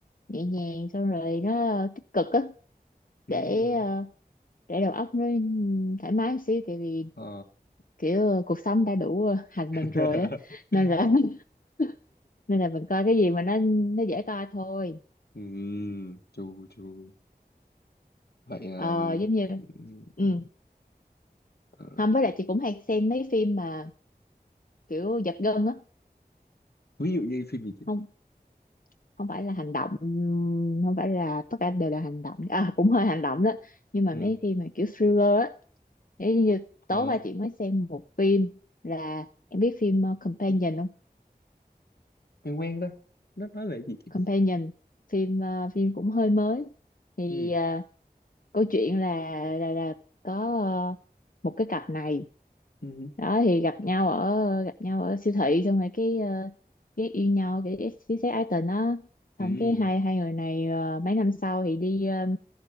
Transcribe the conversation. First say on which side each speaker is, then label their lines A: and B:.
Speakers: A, on the left; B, on the left.
A: nhẹ nhàng xong rồi nó tích cực á để
B: ừm,
A: ờ, để đầu óc nó thoải mái một xíu tại vì
B: ờ.
A: kiểu cuộc sống đã đủ hành
B: <laughs>
A: mình rồi á nên là <laughs> nên là mình coi cái gì mà nó nó dễ coi thôi
B: Ừm, chu chu vậy ờ,
A: ờ giống như
B: ừm,
A: ừ
B: ờ,
A: không với lại chị cũng hay xem mấy phim mà kiểu giật gân á
B: ví dụ như phim gì chứ
A: không không phải là hành động không phải là tất cả đều là hành động à cũng hơi hành động đó nhưng mà
B: ừ
A: mấy phim mà kiểu thriller á Thế như tối
B: ờ
A: qua chị mới xem một phim là em biết phim ờ, Companion không?
B: quen quen đó nó nói về gì chứ
A: Companion phim ờ, phim cũng hơi mới thì
B: ừ
A: ờ, câu chuyện là là là có ờ, một cái cặp này
B: ừ
A: đó thì gặp nhau ở gặp nhau ở siêu thị xong rồi cái ờ, cái yêu nhau cái xí xét ái tình á
B: ừ
A: xong cái hai hai người này ờ, mấy năm sau thì đi ờ,